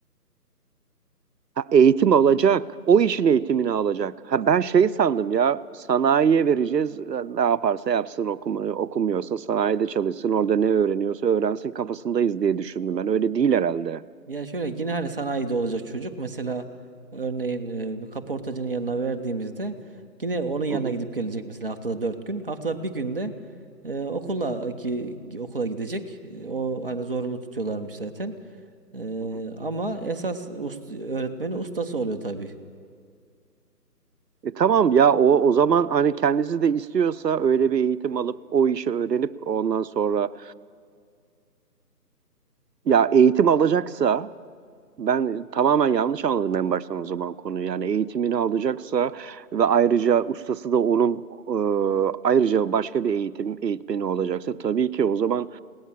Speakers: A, on the right; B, on the right.
A: Ha, eğitim alacak. O işin eğitimini alacak. Ha, ben şey sandım ya sanayiye vereceğiz. e, Ne yaparsa yapsın okuma, okumuyorsa sanayide çalışsın. Orada ne öğreniyorsa öğrensin kafasındayız diye düşündüm ben. Öyle değil herhalde.
B: Ya şöyle yine hani sanayide olacak çocuk mesela örneğin e, bir kaportacının yanına verdiğimizde yine onun yanına
A: Hı hı,
B: gidip gelecek mesela haftada 4 gün. Haftada bir günde e, okula ki okula gidecek. E, O hani zorunlu tutuyorlarmış zaten. E,
A: hı hı.
B: ama esas ust- öğretmeni ustası oluyor tabii.
A: E tamam ya o o zaman hani kendisi de istiyorsa öyle bir eğitim alıp o işi öğrenip ondan sonra ya eğitim alacaksa Ben tamamen yanlış anladım en baştan o zaman konuyu. Yani eğitimini alacaksa ve ayrıca ustası da onun e, ayrıca başka bir eğitim eğitmeni olacaksa tabii ki o zaman